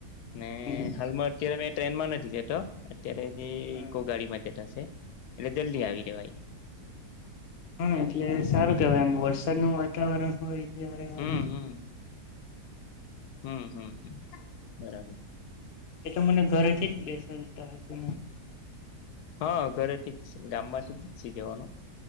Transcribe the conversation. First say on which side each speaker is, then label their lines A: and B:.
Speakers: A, on the left (about 75°); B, on the left (about 60°).
A: ને
B: હમ
A: હાલમાં અત્યારે મેં ટ્રેન માં નથી જતો તો અત્યારે જે
B: હા
A: ઈકો ગાડી માં જતાશે. એટલે જલ્દી આવી જવાઈ.
B: હા એટલે સારું કેવાય એમ વરસાદનું વાતાવરણ હોય ત્યારે
A: હમ
B: આમ.
A: હમ હમ હમ બરાબર.
B: એ તો મને ઘરે થી જ બેસા દેતા હશે ને.
A: હા ઘરે થી જ ગામ માંથી જ બેસી જવાનું